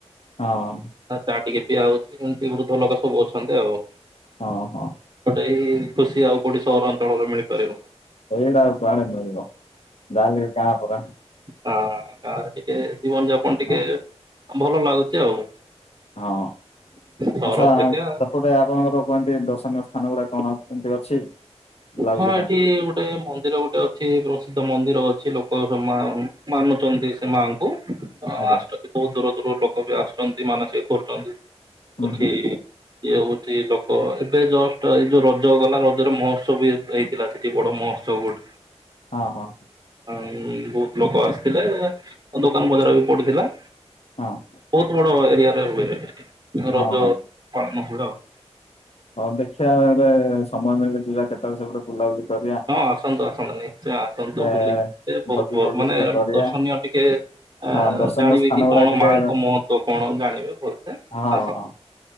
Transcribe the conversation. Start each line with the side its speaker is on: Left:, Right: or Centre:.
Left: ହଁ
Right: ଚା ଟିକେ ପିଆ ହଉଛି ସେମିତି ବୃଦ୍ଧ ଲୋକ ସବୁ ଅଛନ୍ତି ଆଉ
Left: ହଁ ହଁ
Right: ଗୋଟେ ଏଇ ଖୁସି ଆଉ କୋଉଠି ସହରାଞ୍ଚଳରେ ମିଳିପାରିବ
Left: ଏଇଟା କୁଆଡେ ମିଳିବ ଯାହେଲେ ଗାଁ ପରା
Right: ହଁ ଗାଁରେ ଟିକେ ଜୀବନ ଯାପନ ଟିକେ
Left: ହଁ
Right: ଭଲ ଲାଗୁଛି ଆଉ
Left: ହଁ ଆଚ୍ଛା
Right: ସହର
Left: ସେପଟେ
Right: ଅପେକ୍ଷା
Left: ସେଟା ଆପଣଙ୍କର କୁହନ୍ତି ଦର୍ଶନୀୟ ସ୍ଥାନ ଗୁଡା କଣ କେମିତି ଅଛି ବୁଲାବୁଲି
Right: ହଁ ଏଠି
Left: ପାଇଁ
Right: ଗୋଟେ ମନ୍ଦିର ଗୋଟେ ଅଛି ପ୍ରସିଦ୍ଧ ମନ୍ଦିର ଅଛି ଲୋକ ମା ମାନୁଛନ୍ତି ସେ ମାଙ୍କୁ ଆସୁଛନ୍ତି
Left: ଆଜ୍ଞା
Right: ବହୁତ ଦୂର ଦୂରରୁ ଲୋକ ବି ଆସୁଛନ୍ତି ମାନସିକ କରୁଛନ୍ତି
Left: ହୁଁ
Right: ଏଠି
Left: ହୁଁ ହୁଁ
Right: ଇଏ ହଉଛି ଲୋକ ଏବେ ଜଷ୍ଟ ଏଇ ଯୋଉ ରଜ ଗଲା ରଜରେ ମଷ୍ଟ ମହୋତ୍ସବ ହେଇଥିଲା ସେଠି ବଡ ମହୋତ୍ସବ ଗୋଟେ
Left: ହଁ ହଁ
Right: ହଁ ବହୁତ ଲୋକ ଆସିଥିଲେ ଦୋକାନ ବଜାର ବି ପଡିଥିଲା।
Left: ହଁ।
Right: ବହୁତ ବଡ ଏରିଆରେ ରୁହେ
Left: ହଁ
Right: ରଜ
Left: ହଁ
Right: ପାଳନ ହୁଏ ଆଉ।
Left: ହଁ ଦେଖିବା ଗୋଟେ ସମୟ ମିଳିଳେ ଯିବା କେତେବେଳେ ସେପଟେ ବୁଲାବୁଲି କରିବା।
Right: ହଁ ଆସନ୍ତୁ ଆସନ୍ତୁ ନିଶ୍ଚୟ ଆସନ୍ତୁ
Left: ଗୋଟେ
Right: ବୁଲିିକି ସେ ବହୁତ
Left: ଭୋଜି ଫୋଜି
Right: ମାନେ
Left: ଟିକେ କରିବା
Right: ଦର୍ଶନୀୟ ଟିକେ ଆ
Left: ହଁ ଦର୍ଶନୀୟ
Right: ଜାଣିବେ
Left: ସ୍ଥାନ
Right: କି
Left: ଗୁଡାକ
Right: କଣ
Left: ଟିକେ
Right: ମାଙ୍କ ମହ ତ୍ୱ କଣ ଜାଣିବେ ଭଲସେ
Left: ହଁ
Right: ଆସ
Left: ହଁ